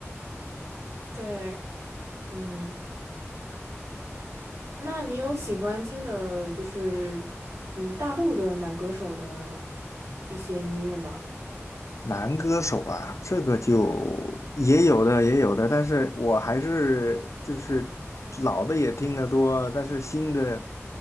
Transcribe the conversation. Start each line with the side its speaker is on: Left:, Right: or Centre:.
Right: 对，嗯。那你有喜欢听的，就是嗯，大陆的男歌手的一些音乐吗？
Left: 男歌手啊，这个就也有的也有的，但是我还是就是老的也听得多，但是新的